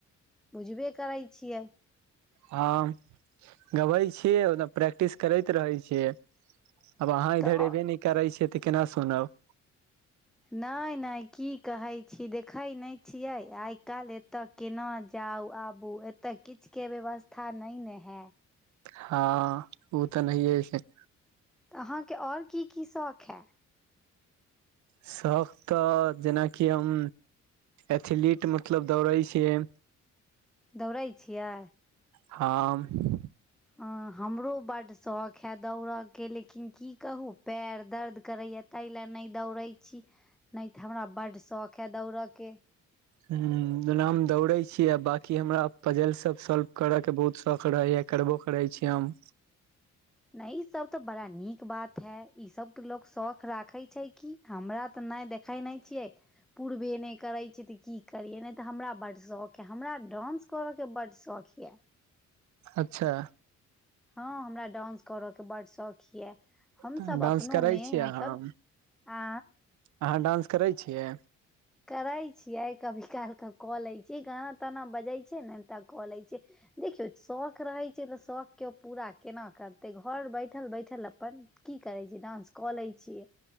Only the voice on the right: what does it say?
हँ गबै छीयै ओना प्रैक्टिस करैत रहे छियै आब अहाँ इधर
एबे नय करै छै तऽ केना सुनब
हँ ओ तऽ नहिये छै
शौक तऽ जेनाकि हम एथलीट मतलब दौड़ै छियै
हँ
हुँ जेना हम दौड़े छी आ बकी हमरा पजल सब सॉल्व करऽ केँ बहुत शौक रहे यऽ करबो करै छी हम
अच्छा
तऽ
डांस करै छियै
अहाँ
अहाँ डान्स करै छियै